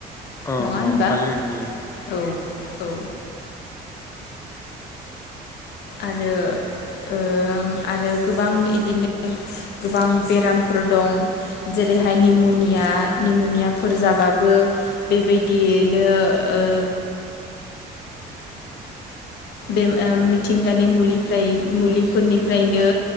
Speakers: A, on the left; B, on the left.
A: औ
B: नङा होनबा
A: औ हायो हायो।
B: औ औ आरो ओ आरो गोबां इदिनो गोबां बेरामफोर दं जेरैहाय निम'निया निम'नियाफोर जाबाबो बेबायदियैनो ओ बे ओ मिथिंगानि मुलिफ्राय मुलिफोरनिफ्रायनो